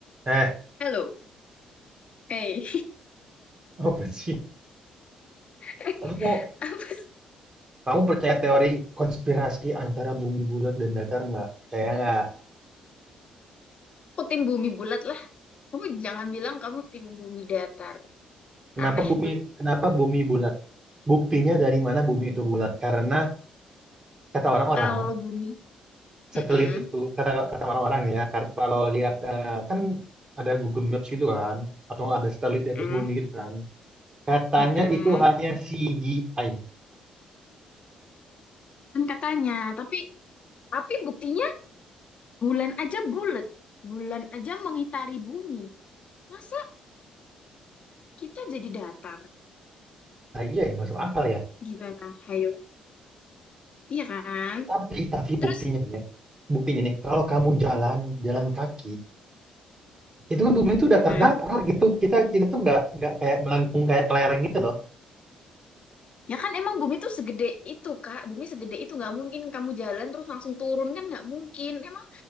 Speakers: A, on the right; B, on the left.
A: Eh,
B: Halo, eh,
A: apa sih?
B: <laughs>
A: Kamu,
B: apa sih?
A: kamu percaya teori konspirasi antara bumi bulat dan datar nggak? Percaya nggak?
B: Aku tim bumi bulat lah. Kamu jangan bilang kamu tim bumi datar.
A: Kenapa
B: Aneh
A: bumi,
B: bet
A: kenapa bumi bulat? Buktinya dari mana bumi itu bulat? Karena kata orang-orang,
B: kalau bumi. Mm-mm,
A: satelit itu, kata kata orang-orang ya, kar- kalau lihat eh, kan ada Google Maps gitu kan, atau nggak ada satelit di atas
B: mm-mm,
A: bumi gitu kan. Katanya
B: mm-mm.
A: itu hanya CGI.
B: Kan katanya, tapi tapi buktinya bulan aja bulat. Bulan aja mengitari bumi. Masa kita jadi datar?
A: Nah iya ya, masuk akal ya.
B: Gimana? Hayo. Iya kan?
A: Tapi, tapi
B: Terus,
A: buktinya nih ya, buktinya nih, kalau kamu jalan, jalan kaki, itu kan bumi itu udah
B: mm-mm.
A: terdata gitu kita kita tuh nggak nggak kayak melengkung kayak kelereng gitu loh
B: Ya kan emang bumi tuh segede itu, Kak. Bumi segede itu nggak mungkin kamu jalan terus langsung turun kan nggak mungkin. Emang